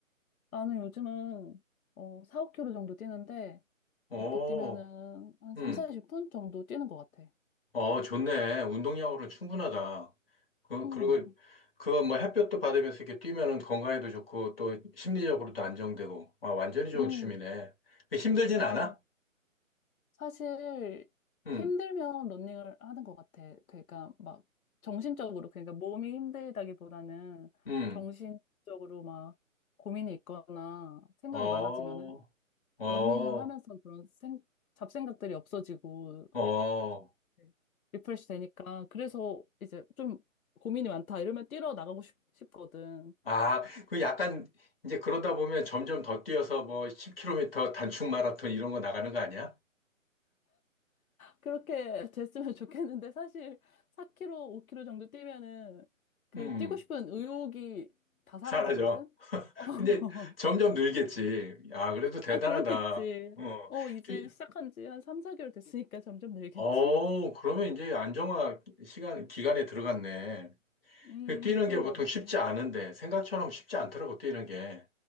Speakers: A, on the left; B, on the left.
A: 나는 요즘은, 어, 4, 5 k 로 정도 뛰는데,
B: 오,
A: 그렇게 뛰면은 한
B: 응.
A: 3, 40분 정도 뛰는 것 같아.
B: 어, 좋네. 운동량으로 충분하다. 그,
A: 응,
B: 그리고 그거 뭐 햇볕도 받으면서 이렇게 뛰면은 건강에도 좋고 또 심리적으로도 안정되고. 와, 완전히 좋은
A: 응,
B: 취미네. 그 힘들진
A: 맞아.
B: 않아?
A: 사실
B: 응,
A: 힘들면 러닝을 하는 것 같아. 그러니까 막 정신적으로 그러니까 몸이 힘들다기보다는
B: 응.
A: 정신적으로 막 고민이 있거나 생각이
B: 어,
A: 많아지면은
B: 어,
A: 러닝을 하면서 그런 생, 잡생각들이 없어지고
B: 어.
A: 좀 리프레시 되니까 그래서 이제 좀 고민이 많다 이러면 뛰러 나가고 싶, 싶거든.
B: 아, 그 약간 이제 그러다 보면 점점 더 뛰어서 뭐 10km 단축 마라톤 이런 거 나가는 거 아니야?
A: 그렇게 됐으면 좋겠는데 사실 4km, 5km 정도 뛰면은 그
B: 음,
A: 뛰고 싶은 의욕이 다 사라지거든?
B: 사라져.
A: 어. <laughs>
B: 근데 점점 늘겠지. 아, 그래도 대단하다.
A: 아, 그렇겠지.
B: 어,
A: 어, 이제
B: 뛰-
A: 시작한 지 한 3, 4개월 됐으니까 점점 늘겠지?
B: 어, 그러면 이제 안정화 시간, 기간에 들어갔네.
A: 음,
B: 그 뛰는
A: 그런
B: 게 보통
A: 것
B: 쉽지
A: 같아.
B: 않은데, 생각처럼 쉽지 않더라고, 뛰는 게.